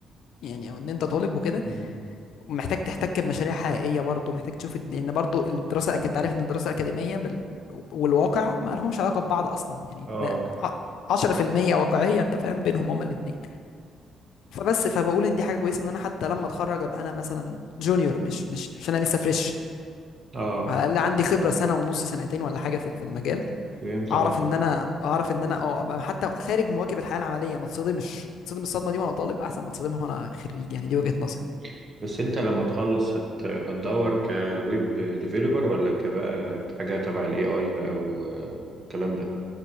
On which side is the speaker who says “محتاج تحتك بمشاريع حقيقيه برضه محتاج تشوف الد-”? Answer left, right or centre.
Left